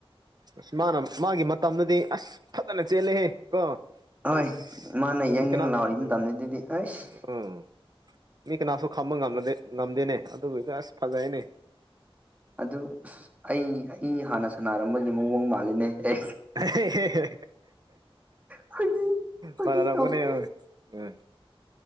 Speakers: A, on the right; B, on the right.
A: ꯑꯁ ꯃꯥꯅ ꯃꯥꯒꯤ ꯃꯇꯝꯗꯗꯤ ꯑꯁ ꯐꯖꯅ ꯆꯦꯜꯂꯦꯍꯦ ꯀꯣ
B: ꯑꯣꯏ
A: ꯑꯁ
B: ꯃꯥꯅ ꯌꯥꯪ
A: ꯃꯤ ꯀꯅꯥ
B: ꯌꯥꯪ ꯂꯥꯎꯔꯤ ꯃꯇꯝꯅꯦ
A: ꯎꯝ
B: ꯗꯨꯗꯤ ꯑꯩꯁ
A: ꯎꯝ ꯃꯤ ꯀꯅꯥꯁꯨ ꯈꯥꯝꯕ ꯉꯝꯅꯗꯦ ꯉꯝꯗꯦꯅꯦ ꯑꯗꯨꯕꯨꯗꯤ ꯑꯁ ꯐꯖꯩꯅꯦ
B: ꯑꯗꯨ ꯑꯁ ꯑꯩ ꯑꯩ ꯍꯥꯟꯅ ꯁꯥꯟꯅꯔꯝꯕꯒꯤ ꯃꯑꯣꯡ ꯃꯥꯜꯂꯤꯅꯦ ꯑꯦ
A: ꯑꯦꯍꯦꯍꯦꯍꯦ
B: ꯐꯥꯒꯤ ꯐꯥꯒꯤ
A: ꯃꯥꯟꯅꯔꯝꯒꯅꯤ
B: ꯇꯧꯕꯅꯦ
A: ꯎꯝ